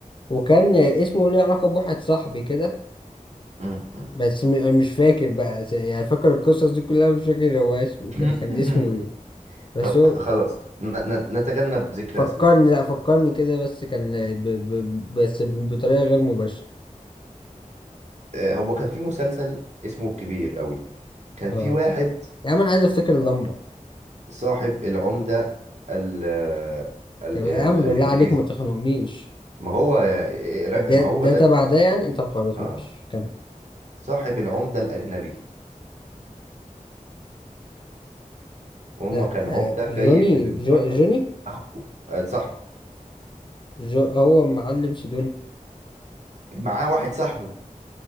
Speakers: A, on the left (about 35°); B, on the right (about 55°).
A: وكان اسمه ليه علاقة بواحد صاحبي كده
B: <laughs>
A: بس م- مش فاكر بقى يعني فاكر القصص دي كلها مش فاكر هو اسمه ك-
B: <laughs>
A: كان اسمه ايه بس
B: طب
A: هو
B: خ- خلاص ن- ن- نتجنب ذكر
A: فكرني
B: أسماء
A: لا فكرني كده بس كان ب ب بس بطريقة غير مباشرة
B: آه، هو كان في مسلسل اسمه الكبير قوي كان
A: اه
B: في واحد
A: يا عم انا عايز افتكر اللمبة
B: صاحب العمدة ال آه، ال
A: طب
B: آه،
A: يا عم
B: ال الإنجليزي
A: بالله عليك ما تخنقنيش
B: ما هو
A: ده
B: ما
A: ده
B: هو ده
A: تبع
B: اسمه
A: ده يعني طب خلاص
B: اه
A: ماشي كمل
B: صاحب العمدة الأجنبي وهم
A: لا
B: كان
A: آه
B: عمدة
A: جوني
B: جاي من
A: جو
B: بره
A: جوني
B: أخوه آه، صاحبه
A: جو هو معلم سيدوني
B: معاه واحد صاحبه